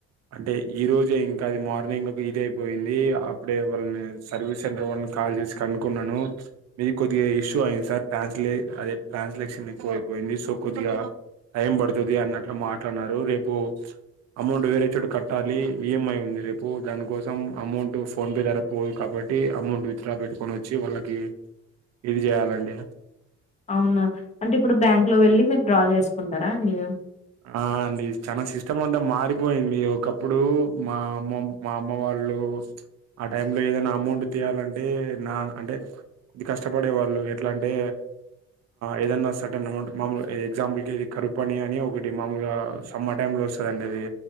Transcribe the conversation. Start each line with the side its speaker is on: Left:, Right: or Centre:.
Right: అంటే ఈ రోజే ఇంకా అది మార్నింగ్ ఒక ఇది అయిపోయింది అప్పుడే వాళ్ళని సర్వీస్ సెంటర్ వాళ్ళని కాల్ చేసి కనుకున్నాను మీది కొద్దిగా ఇష్యూ అయింది సార్ టాన్స్లే అదే ట్రాన్స్లేక్షన్ ఎక్కువయిపోయింది సో కొద్దిగా టైం పడుతది అన్నట్లు మాట్లాడన్నారు రేపు అమౌంట్ వేెరె చ్చడు కట్టాలి ఈఎంఐ ఉంది రేపు దానికోసం అమౌంట్ ఫోన్పే ద్వారా పోదు కాబట్టి అమౌంట్ విత్ డ్రా పెట్టుకొని వచ్చి వాళ్ళకి ఇది ఇయ్యాలండి
Left: అవునా అంటే ఇప్పుడు బ్యాంక్ లో వెళ్ళి మీరు డ్రా చేసుకుంటారా అండి
Right: ఆ అండి చాలా సిస్టమ్ అంతా మారిపోయింది ఒకప్పుడు మా అమ్మ మా అమ్మ వాళ్ళు ఆ టై లో ఏదైనా అమౌంట్ తీయాలంటే నా అంటే కొద్ది కష్టపడే వాళ్ళు ఎట్లా అంటే ఏదనా సర్టన్ అమౌంట్ మామూలు ఎగ్జాంపుల్కి కరు పని అని ఒకటి మాముూలుగా సమ్మర్ టైమ్ లో వస్తుందండి అది